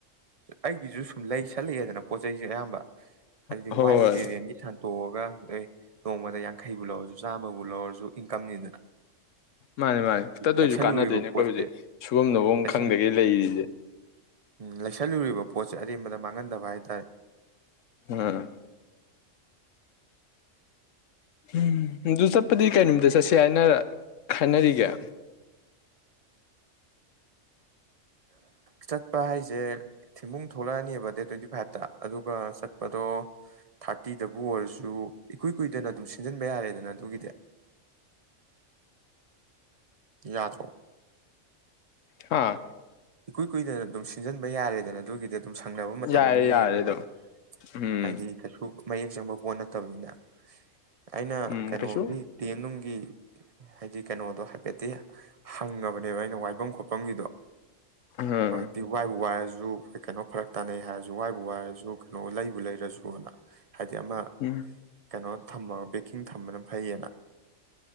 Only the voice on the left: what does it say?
ꯍꯣꯏ
ꯍꯣꯏ
ꯃꯥꯅꯦ ꯃꯥꯅꯦ ꯈꯤꯠꯇꯗꯁꯨ
ꯀꯥꯟꯅꯗꯣꯏꯅꯦ ꯑꯩꯈꯣꯏ
ꯍꯧꯖꯤꯛ ꯁꯨꯐꯝ ꯅꯣꯐꯝ
ꯈꯪꯗꯒꯩ ꯂꯩꯔꯤꯁꯦ
ꯎꯝ ꯎꯝ ꯑꯗꯨ ꯆꯠꯄꯗꯤ ꯀꯩ ꯅꯨꯃꯤꯗ ꯆꯠꯁꯦ ꯍꯥꯏꯅ ꯈꯅꯔꯤꯒꯦ
ꯍꯥꯥ
ꯌꯥꯔꯦ
ꯌꯥꯔꯦ
ꯑꯗꯨꯝ ꯎꯝ
ꯎꯝ
ꯀꯩꯁꯨ
ꯎꯝ
ꯎꯝ